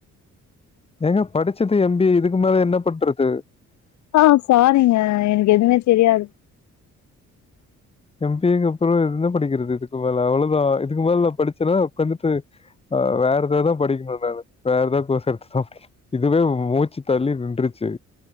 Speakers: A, on the left; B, on the left.
A: ஏங்க படிச்சது எ ம்பி ஏ இதுக்கு மேல என்ன பண்றது
B: ஆ சாரீங்க எனக்கு எதுமே தெரியாது
A: எம் பி ஏக்கு அப்புறொ என்ன படிக்கிறது இதுக்கு மேல அவ்ளோதா இதுக்கு மேல நா படிச்சேன்னா உட்காந்துட்டு வேற ஏதாதா படிக்கணூ நா வேற ஏதா கோர்ஸ் எடுத்துதா படிக்கணூ இதுவே மூச்சுத் தள்ளி நின்றுச்சு